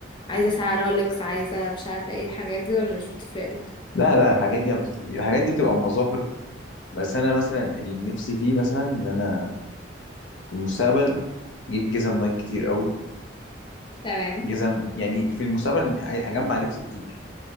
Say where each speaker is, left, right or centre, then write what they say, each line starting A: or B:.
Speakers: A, on the left; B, on the left.
A: عايزة ساعة رولكس عايزة مش عارفة ايه الحاجات دي ولا مش بتفرق لك
B: لا لا الحاجات دي ما بتفرق الحاجات دي بتبقى مظاهر بس انا مثلا اللي نفسي فيه مثلا ان انا في المستقبل اجيب جزم نايك كتير قوي
A: تمام
B: جزم يعني في المستقبل ع- هجمع لبس كتير